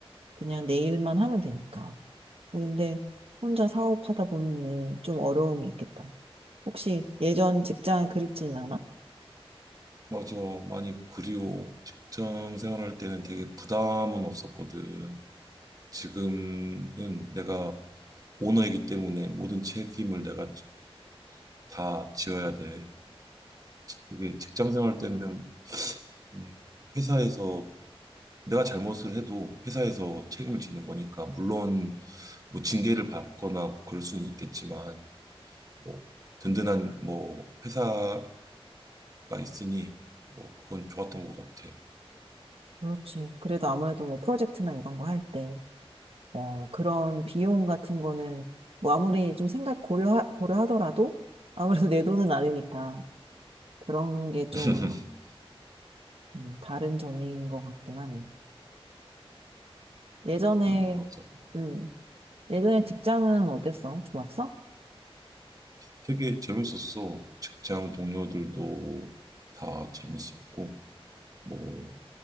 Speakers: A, on the right; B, on the right.
A: 그냥 내 일만 하면 되니까. 그런데 혼자 사업하다 보면은 좀 어려움이 있겠다. 혹시 예전 직장을 그립지는 않아?
B: 맞아. 많이 그리워. 직장 생활할 때는 되게 부담은 없었거든. 지금은 내가 오너이기 때문에 모든 책임을 내가 지- 다 지어야 돼. 그게 직장 생활 때는, 음, 회사에서 내가 잘못을 해도 회사에서 책임을 지는 거니까, 물론 뭐 징계를 받거나 그럴 수는 있겠지만, 뭐 든든한 뭐 회사 가 있으니 뭐 그건 좋았던 것 같아.
A: 그렇지. 그래도 아무래도 뭐 프로젝트나 이런 거 할 때, 어, 그런 비용
B: 음,
A: 같은 거는 뭐 아무리 좀 생각 고려하, 고려하더라도 아무래도 내 돈은 아니니까 그런 게좀
B: <laughs>
A: 음, 다른 점인 것 같긴 하네. 예전에,
B: 음, 맞아.
A: 음, 예전에 직장은 어땠어? 좋았어?
B: 되게 재밌었어. 직장 동료들도 다 재밌었고, 뭐,